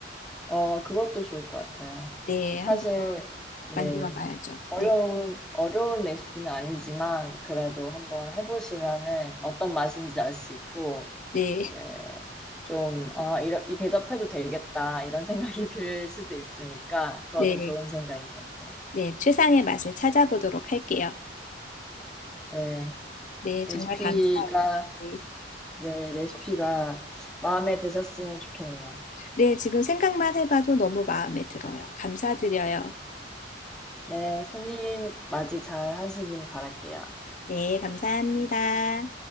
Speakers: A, in the centre; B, on the left (about 45°).
A: 어, 그것도 좋을 것 같아요.
B: 네,
A: 사실,
B: 한번
A: 네.
B: 만들어 봐야죠.
A: 어려운,
B: 네,
A: 어려운 레시피는 아니지만, 그래도 한번 해보시면은 어떤 맛인지 알 수 있고,
B: 네,
A: 이제 좀, 아, 이러, 이 대접해도 되겠다, 이런 생각이 <laughs> 들 수도 있으니까, 그것도
B: 네,
A: 좋은 생각인 것 같아요.
B: 네. 최상의 맛을 찾아보도록 할게요.
A: 네.
B: 네,
A: 레시피가,
B: 정말 감사해요. 네,
A: 네, 레시피가 마음에 드셨으면 좋겠네요.
B: 네, 지금 생각만 해봐도 너무 마음에 들어요. 감사드려요.
A: 네, 손님 맞이 잘 하시길 바랄게요.
B: 네, 감사합니다.